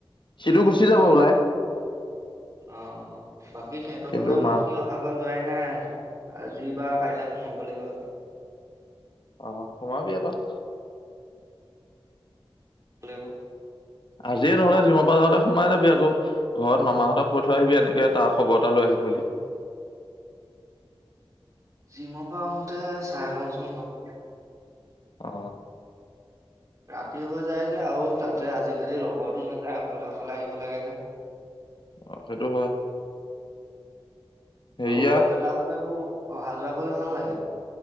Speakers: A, on the left; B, on the right.
A: সেইটো গুচি যাব ওলাই
B: অ বাকী সিহঁতক
A: কিন্তু
B: হলে মই
A: মা
B: সি অহাৰ বা যোৱাই নাই আৰু আজি বা কাইলে সোমাব লাগিব আ
A: অ সোমাবি আকৌ ত
B: হেল্ল'
A: আজিয়ে নহলে যিমৰ পৰা যাওঁতে সোমাই যাবি আকৌ ঘৰত মামাহঁতক কৈ থৈ আহিবি এনেকে তাৰ খবৰ তালৈ আহিম বুলি।
B: জিমৰ পৰা আহোতে চাই লওঁচোন বাৰু।
A: অ।
B: ৰাতি হৈ যায় যে আৰু তাতে আজিকালি লগৰো নাযায়। অকলে অকলে আহিব লাগে যে।
A: অ সেইটো হয়। হেৰিয়া
B: আৰু লগ এটা হলেতো অহা যোৱা কৰি ভাল লাগে।